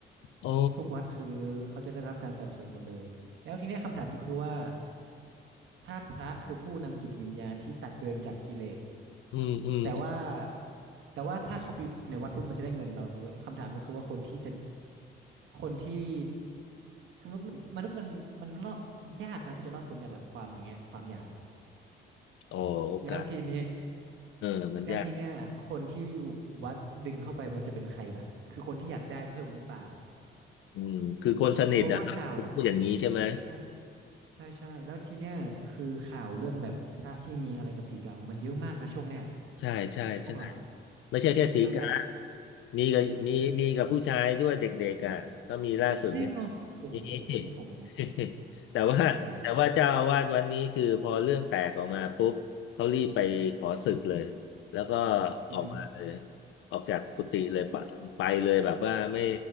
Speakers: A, on the left; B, on the right.
A: โอ้
B: ทุกวัดคือเขาจะได้รับการสนับสนุนหมดเลยแล้วทีเนี้ยคำถามก็คือว่าถ้าพระคือผู้นำจิตวิญญาณที่ตัดตัวเองจากกิเลส
A: อืมอืมอืม
B: แต่ว่าแต่ว่าถ้าเขาไปอยู่ในวัดปุ๊บมันจะได้เงินเราคำถามก็คือว่าคนที่จะคนที่คือมันมันมนุษย์มันมันรอดยากนะที่จะรอดพ้นจากแบบความอย่างเงี้ยความอยากอะ
A: อ๋อโอกาส
B: แล้วทีเนี้ย
A: เออมันยาก
B: แล้วทีเนี้ยคนที่วัดดึงเข้าไปมันจะเป็นใครล่ะคือคนที่อยากได้เพิ่มหรือเปล่า
A: อืมคือคนสนิทอ่ะ
B: เพราะว่าข่าว
A: พูดอย่างนี้ใช่ไหม
B: ใช่ใช่ใช่ใช่แล้วทีเนี้ยคือข่าวเรื่องแบบพระที่มีอะไรกับสีกามันเยอะมากนะช่วงเนี้ย
A: ใช่ใช่ใช่
B: ช่วงหลัง
A: ไม่ใช่แค่สีกา
B: จนกระ
A: มีกับมีมีกับผู้ชายด้วยเด็กๆอ่ะก็มีล่าสุดเนี่ย
B: จริงเหรอโอ้โหอันนี้ผม
A: มี <laughs> แต่ว่าแต่ว่าเจ้าอาวาสวันนี้คือพอเรื่องแตกออกมาปุ๊บเขารีบไปขอสึกเลย
B: โอ้โห
A: แล้วก็
B: อืม
A: ออกมาเลยออกจากกุฏิเลยไปไปเลยแบบว่าไม่